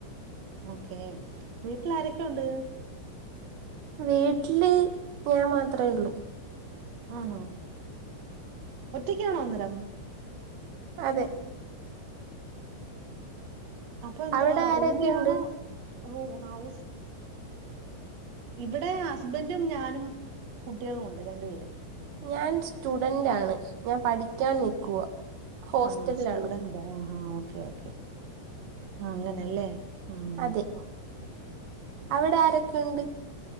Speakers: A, on the right (about 60°); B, on the right (about 80°).
A: ഓക്കെ വീട്ടിൽ ആരൊക്കെ ഉണ്ട്
B: വീട്ടില് ഞാൻ മാത്രേ ഒള്ളൂ
A: ആണോ ഒറ്റക്കാണോ അന്നേരം
B: അതെ
A: അപ്പൊ എന്തുവാ
B: അവിടെ ആരൊക്കെയുണ്ട്
A: റൂമിലാണോ റൂ ഹൗസ് ഇവിടെ ഹസ്ബൻറും ഞാനും കുട്ടികളും ഉണ്ട് രണ്ടു പേര്
B: ഞാൻ സ്റ്റുഡൻറ് ആണ് ഞാൻ പഠിക്കാൻ നിക്കുവാ ഹോസ്റ്റലിലാണ്
A: ആഹ് സ്റ്റൂഡന്റ് ആഹ്ഓക്കെ ഓക്കെ ആ അങ്ങനെല്ലേ ഉം
B: അതെ അവിടെ ആരൊക്കെ യുണ്ട്